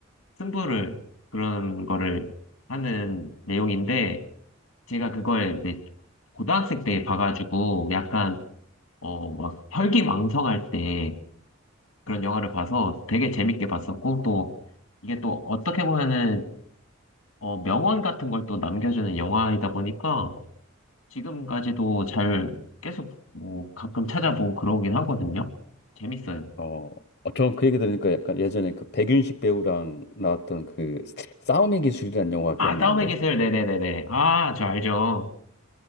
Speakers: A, on the left; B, on the left.
A: 승부를, 그런 거를 하는 내용인데, 제가 그걸 이제 고등학생 때 봐가지고 약간, 어, 막 혈기왕성할 때 그런 영화를 봐서 되게 재밌게 봤었고, 또 이게 또 어떻게 보면은 어, 명언 같은 걸 또 남겨주는 영화이다 보니까 지금까지도 잘 계속 뭐 가끔 찾아보고 그러긴 하거든요. 재밌어요.
B: 어, 어, 저는 그 얘기 들으니까 약간 예전에 그 백윤식 배우랑 나왔던 그 싸움의 기술이라는 영화 기억나는데요?
A: 아, 싸움의 기술. 네네네네. 아, 저 알죠.